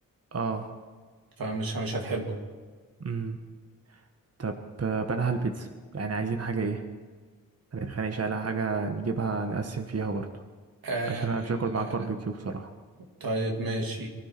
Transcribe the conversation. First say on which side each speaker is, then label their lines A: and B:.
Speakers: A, on the right; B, on the right.
A: اه
B: فمش مش هتحبه
A: امم طب آه، بلاها البيتزا يعني عايزين حاجة ايه ما نتخانقش على حاجة نجيبها نقسم فيها برضو
B: آه
A: عشان انا مش هاكل معاك باربيكيو بصراحة
B: طيب ماشي